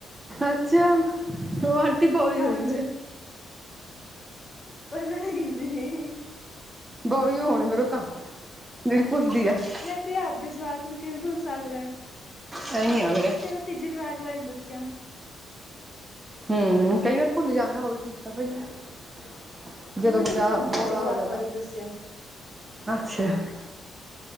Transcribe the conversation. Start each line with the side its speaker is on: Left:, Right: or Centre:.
Right: ਅੱਛਾ ਉਹ ਆਂਟੀ ਬੌਲੀ
Left: ਹਾਂਜੀ
Right: ਹੋਣੀ ਫੇਰ-
Left: ਪਤਾ ਨੀ ਜੀ-
Right: ਬੋਲੀ ਹੋਣੀ ਫੇਰ ਔ ਤਾਂ ਜਿਹੜੀ ਭੁੱਲਦੀ ਏ -
Left: ਲੈ ਕੋਈ ਆਪਦੇ ਜਵਾਕ ਨੂੰ ਕਿਵੇਂ ਭੁੱਲ ਸਕਦਾ-
Right: ਕਰੇਗੇ ਅਵੇ ਦੇ
Left: ਚਲੋ ਤੀਜੇ ਜਵਾਕ ਬਾਰੇ ਦੱਸਿਓ
Right: ਹੂੰ ਕਈ ਵਾਰ ਭੁਲ ਜਾਂਦਾ ਹੋਵੇ ਕੀ ਪਤਾ ਭਾਈ - ਜਦੋਂ
Left: ਮੈਂ
Right: ਬੰਦਾ
Left: ਕਿਹਾ ਤੁਸੀਂ ਆਪਦੇ ਤੀਜੇ
Right: ਬੋਲਾ
Left: ਜਵਾਕ
Right: ਹੋ ਜਾਂਦਾ
Left: ਬਾਰੇ ਦੱਸਿਆ
Right: ਅੱਛਾ -